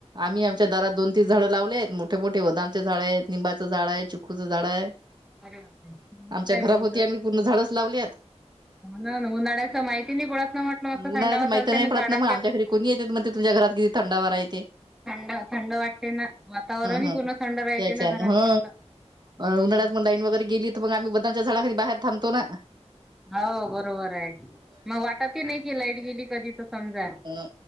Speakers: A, on the right; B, in the centre.
A: आम्ही आमच्या दरात दोन तीन झाडं लावले आहेत मोठे मोठे बदामचे झाड आहेत निंबाचं झाड आहे चिक्कूचं झाड आहे
B: अरे बापरे! मग
A: आमच्या
B: काय
A: घरापभोवती
B: म्हणत
A: आम्ही पूर्ण झाडच लावल्यात.
B: ना उन्हाळ्याच माहिती नाही गळात न म्हटलं मस्त
A: उन्हाळ्याच
B: थंडावा
A: माहिती
B: चालते
A: नाही
B: ना
A: पडत
B: झाडा
A: मग आमच्या घरी कोणी येत मग ते तुमच्या घरात किती थंडवारा हाय.
B: थंड थंड वाटते ना वातावरणही
A: हं
B: पूर्ण थंड राहते
A: त्याच्यान
B: ना घरात
A: हं
B: म्हटलं. हम्म
A: अ उन्हाळ्यात मग लाईट वगैरेली तर मग आम्ही बदांच्या झाडाखारी बाहेर थांबतो ना‌.
B: हो बरोबर आहे मग वाटत नाही की लाईट गेली कधी समजा
A: अ